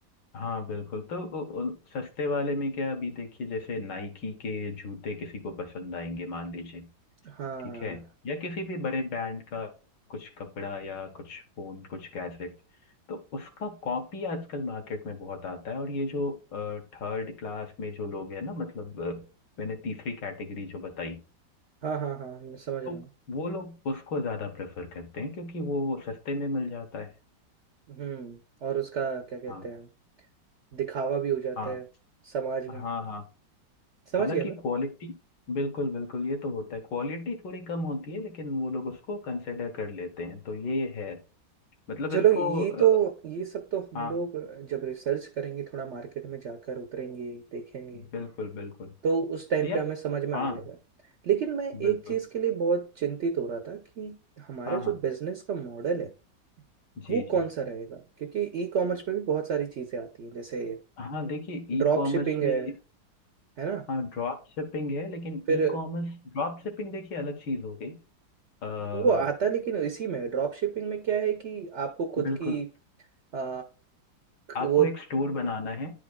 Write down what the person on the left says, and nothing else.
हाँ बिल्कुल तो उ- उ- सस्ते वाले में क्या अभी देखिए जैसे नाइकी के जूते किसी को पसंद आएंगे मान लीजिए
ठीक है या किसी भी बड़े ब्रांड का कुछ कपड़ा या कुछ फोन कुछ गैजेट तो उसका कॉपी आजकल मार्केट में बहुत आता है और ये जो थर्ड क्लास में जो लोग हैं ना मतलब अ, मैंने तीसरी कैटेगरी जो बताई
तो
वो लोग उसको ज्यादा प्रेफर करते हैं क्योंकि वो सस्ते में मिल जाता है
हाँ
हाँ
हाँ हाँ
हालांकि
क्वालिटी बिल्कुल बिल्कुल ये तो होता है क्वालिटी थोड़ी कम होती है लेकिन वो लोग उसको कंसिडर कर लेते हैं तो ये है मतलब
इसको
अ,
हाँ
बिल्कुल बिल्कुल
तो यार
हाँ
बिल्कुल
हाँ हाँ
जी
जी
हाँ देखिए
ई कॉमर्स
में
हाँ ड्रॉप शिपिंग है लेकिन
ई कॉमर्स ड्रॉप शिपिंग देखिए अलग चीज हो गई अ,
बिल्कुल
आपको
एक स्टोर बनाना है